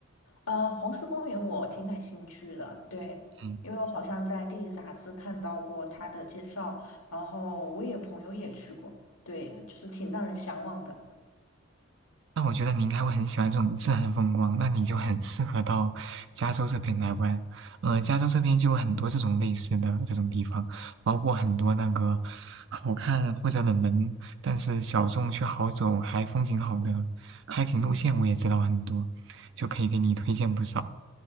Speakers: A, on the left (about 85°); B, on the right (about 60°).
A: 呃，黄石公园我挺感兴趣的，对，
B: 嗯。
A: 因为我好像在地理杂志看到过它的介绍，然后我也有朋友也去过，对，就是挺让人向往的。
B: 那我觉得你应该会很喜欢这种自然风光，那你就很适合到加州这边来玩。呃，加州这边就有很多这种类似的这种地方，包括很多那个好看或者冷门，但是小众却好走还风景好的 hiking 路线，我也知道很多，就可以给你推荐不少。